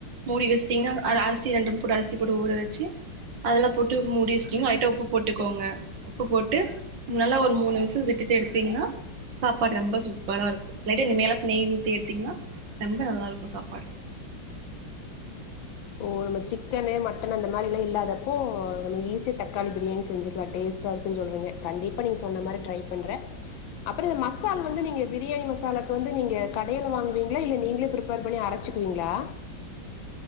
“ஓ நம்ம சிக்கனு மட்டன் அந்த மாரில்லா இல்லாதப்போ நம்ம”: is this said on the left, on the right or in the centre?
Left